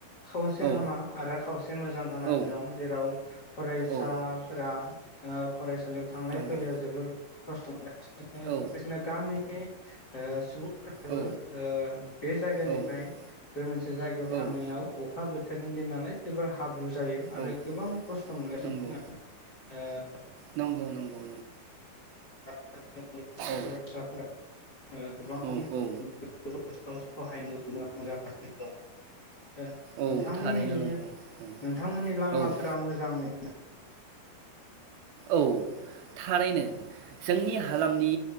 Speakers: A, on the left (about 45°); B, on the right (about 80°).
A: खावसे
B: औ
A: हामा आरो खावसे मोजां जानानै
B: औ
A: दं जेराव फरायसा
B: औ
A: फोरा ओ फरायसालियाव थांलाय
B: नंगौ
A: फैलायाव जोबोर खस्थ
B: औ
A: <unintelligible> गामि ओ सुबुं <unintelligible>
B: औ
A: ओ बे जायगानिफ्राय
B: औ
A: बे मोनसे जायगायाव थांनायाव
B: औ
A: अखा बोथोरनि दिन नालाय जोबोर हाब्रु जायो आरो
B: औ
A: गोबां खस्थ' मोनगासिनो
B: नंगौ
A: दङ ओ
B: नंगौ नंगौ
A: <unintelligible>
B: औ
A: फरायसाफोरा गोबां
B: औ
A: <unintelligible>
B: औ
A: <unintelligible>
B: औ
A: नोंथांमोननि
B: थारैनो नंगौ नंगौ
A: नोंथांमोननि लामाफोरा
B: औ
A: मोजाङै
B: औ थारैनो जोंनि हालामनि